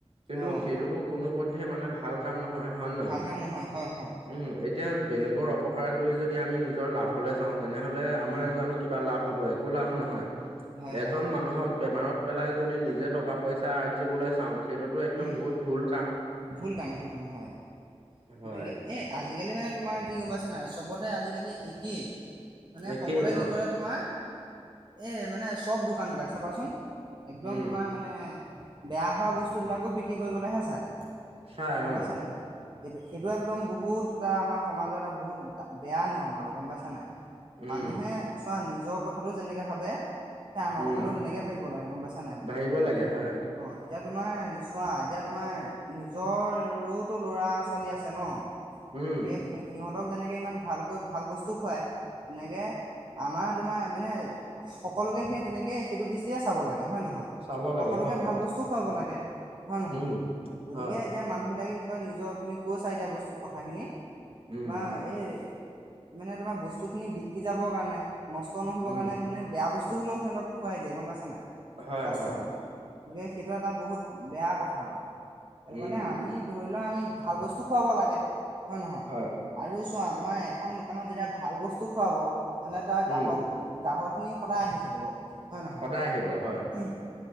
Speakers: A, on the right; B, on the right.
A: কিন্তু
B: অ',
A: সেইটোতো কোনো পধে মানে ভাল কাম নহয়। হয় নে
B: ভাল গান নহয় হয় হয়।
A: উম এতিয়া বেলেগৰ অপকাৰ কৰি যদি আমি নিজৰ লাভলৈ চাওঁ তেনেহলে আমাৰ
B: উম,
A: জানো। কিবা লাভ হব একো লাভ নহয়
B: হয়, হয়,
A: এজন মানুহক বেমাৰত পেলাই নিজে টকা পইচা। আজিবলৈ চাওঁ সেইটোতো একদম
B: উম,
A: বহুত ভুল কাম।
B: ভুল কাম ভুল কাম হয়। গতিকে
A: হয়
B: এই আজিকালি মানে তোমাৰ কি গম পাইছা না চবতে আজিকালি একেই। মানে
A: একেই
B: সকলোৱে কি
A: অ
B: কৰে তোমাৰ এ মানে চব দোকান বিলাক চাবাচোন। একদম
A: উম
B: তোমাৰ মানে বেয়া হোৱা বস্তুবিলাকো বিক্ৰী কৰিবলৈহে চাই।
A: ছ
B: গম
A: অ।
B: পাইছা নাই সেইটো একদম বহুত এটা আমাৰ সমাজৰত এটা বহুত বেয়া নিয়ম আৰু গম পাইছা নাই।
A: উম
B: মানুহে চোৱা নিজৰ কথাটো যেনেকে ভাবে। সেইয়া আনৰ
A: উম
B: কথাটো তেনেকৈ ভাবিব লাগে গম পাইছ নাই।
A: ভাবিব লাগে হয়
B: অ' এতিয়া তোমাৰ চোৱা এতিয়া তোমাৰ নিজৰোতো ল'ৰা আছে। চলি আছে ন
A: উম
B: গতিকে সিহঁতক যেনেকে ইমান ভালকৈ ভাল বস্তু খুৱাই। তেনেকে আমাৰ তোমাৰ মানে সকলোকে সেই তেনেকে সেইটো দৃষ্টিয়ে চাব লাগে হয় নহয়।
A: চাব লাগে
B: সকলোকে
A: হয়
B: ভাল বস্তুও খুৱাব লাগে হয়ে নহয়
A: উম
B: গতিকে
A: হয়
B: এতিয়া মানুহবিলাকে কি কয় নিজৰ তুমি কৈছা এতিয়া বস্তু কথাখিনি
A: উম
B: তোমাৰ এই মানে তোমাৰ বস্তুখিনি বিক্ৰী যাবৰ কাৰণে নষ্ট নহবৰ
A: উম
B: কাৰণে মানে বেয়া বস্তু হ'লেও সিহঁতক খুৱাই দিয়ে গম পাইছে নাই
A: হয়
B: কাষ্টমাৰক
A: হয়
B: গতিকে সেইটো এটা বহুত বেয়া কথা আৰু। সেইটো
A: উম
B: কাৰণে আমি ধৰি লোৱা আমি ভাল বস্তু খুৱাব লাগে হয়ে নহয়।
A: হয়।
B: আৰু চোৱা তোমাৰ এখন দোকানত যেতিয়া ভাল বস্তু খুৱাব তেনেহলে তাৰ গ্ৰাহক
A: উম
B: গাহক খিনি সদায় আহি থাকিব হয় নহয়।
A: সদায় আহিব হয়